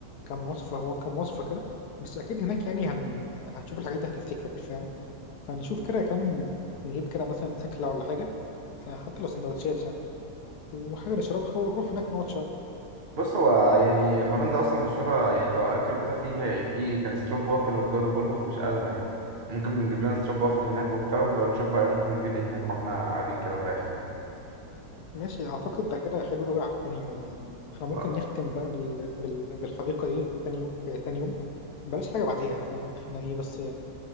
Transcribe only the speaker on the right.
بص هو يعني هولندا اصلا مشهوره يعني لو اكل وكده في في كان ستروب وافل والجو ده كله فمش ازمه يعني ممكن نجيب لنا ستروب وافل هناك وبتاع ونبقى نشوف بقى ممكن نجيب ايه هناك واحنا قاعدين كده مريحين
ما